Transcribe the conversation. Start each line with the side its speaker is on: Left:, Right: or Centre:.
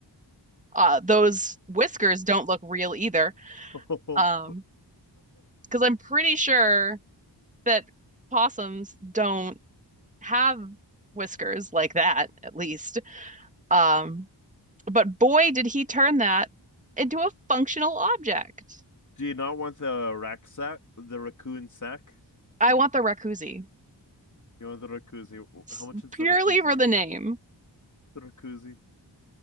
Right: Uh, those whiskers don't look real either.
Left: Do
Right: Um, because I'm pretty sure that possums don't have whiskers like that, at least. Um, But boy, did he turn that into a functional object.
Left: you not want the rack sack, the raccoon sack?
Right: I want the Rakuzi
Left: You want the rakuzi?
Right: s-
Left: How much is
Right: purely
Left: the rakuzi?
Right: for the name.
Left: The rakuzi.